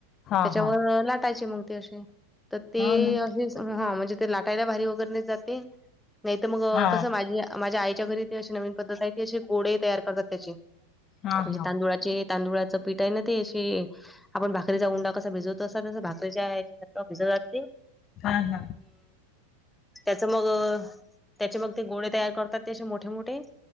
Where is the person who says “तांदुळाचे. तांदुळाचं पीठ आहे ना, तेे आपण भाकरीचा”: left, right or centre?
Centre